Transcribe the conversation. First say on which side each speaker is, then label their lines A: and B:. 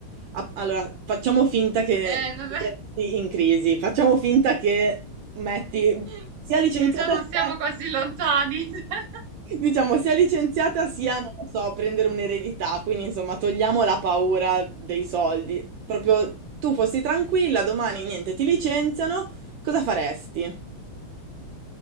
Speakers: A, on the right; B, on the right.
A: a- allora facciamo finta che
B: Eh, non-
A: sei in crisi, facciamo finta che metti
B: <laughs>
A: sia licenziata
B: che già non
A: sia,
B: siamo così lontani. <laughs>
A: diciamo, sia licenziata sia, non lo so, prendere un'eredità, quindi insomma togliamo la paura dei soldi. Proprio tu fossi tranquilla, domani niente, ti licenziano, cosa faresti?